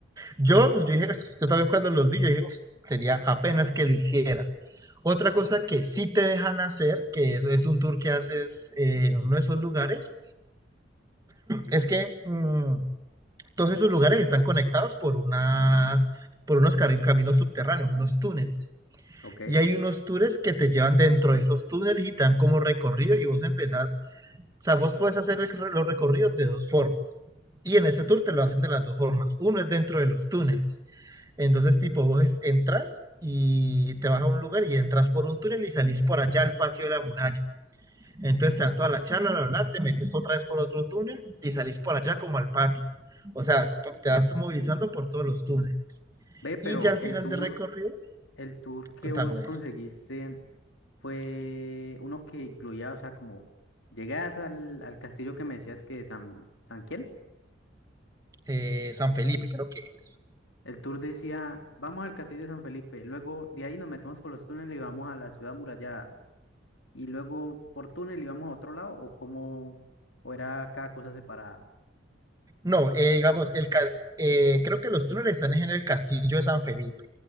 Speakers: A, on the right; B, on the left.
A: yo, uf, yo dije, "Es- yo también cuando los vi, yo dije, "Uf, sería apenas que lo hicieran. Otra cosa que sí te dejan hacer, que eso es un tour que haces eh, en uno de esos lugares, es que mm, todos esos lugares están conectados por unas, por unos carri- caminos subterráneos, unos túneles.
B: ¿ok?
A: Y hay unos tours que te llevan dentro de esos túneles y te dan como recorrido y vos empezás, o sea, vos puedes hacer el re- los recorridos de dos formas. Y en ese tour te lo hacen de las dos formas. Uno es dentro de los túneles Entonces, tipo, vos es- entras y te vas a un lugar y entras por un túnel y salís por allá al patio de la muralla. Entonces te dan toda la charla, bla, bla, te metes otra vez por otro túnel y salís por allá como al patio. O sea, te vas movilizando por todos los túneles.
B: Ve, pero
A: Y ya al
B: el
A: final
B: tour,
A: del recorrido,
B: el tour que
A: contame,
B: vos conseguiste. fue uno que incluía, o sea, como llegadas al, al castillo que me decías que San, ¿San quién?
A: eh, San Felipe creo que es.
B: El tour decía, vamos al castillo de San Felipe, luego de ahí nos metemos por los túneles y vamos a la ciudad murallada y luego por túnel íbamos a otro lado, o cómo, o era cada cosa separada,
A: No, eh, digamos, el, ca- eh, creo que los túneles están en el castillo de San Felipe,